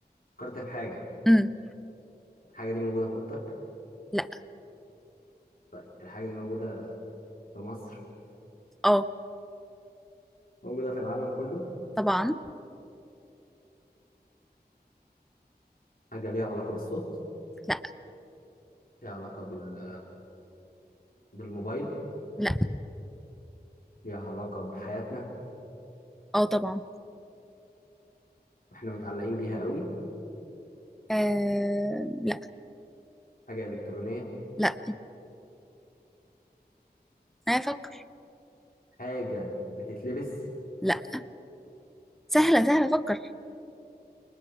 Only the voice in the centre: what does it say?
امم
لا
اه
طبعا
لا
لا
اه طبعا
أم... لا
لا انا افكر
لا سهلة سهلة فكر